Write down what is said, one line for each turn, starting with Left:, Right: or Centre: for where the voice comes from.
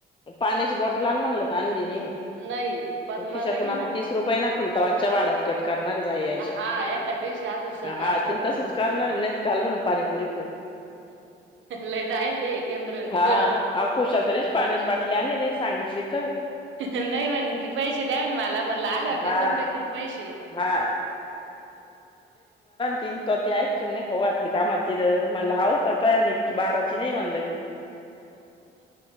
Left: एक पाण्याची बॉटल आण म्हणल तर आणली नाही
Right: नाही पद्मा
Left: तिच्याकडून
Right: लगी
Left: आता
Right: ना
Left: तीस रुपये ना खुलता आजच्या वाड्यात कट करणारे जा यायच्या
Right: हा एका दिवशी असं संग
Left: हा
Right: असलं
Left: तीन
Right: का
Left: तसच
Right: मग
Left: करणारे नाहीत खाल म्हणून पाणीपुरी खोऊ
Right: लय जाईल ते केंद्र
Left: हाअ कुशाल तरी बाटली नाही सांगितली तर
Right: हा नाही म्हणे ती पैसे द्या मला म्हणला आल्यावर
Left: हा
Right: देतो ना तुजे पैसे
Left: हा तीन तोते आहेत चिमणी खाऊ घाल का म्हल तिथ म्हणलं हा काता बाराची नाही म्हणल मी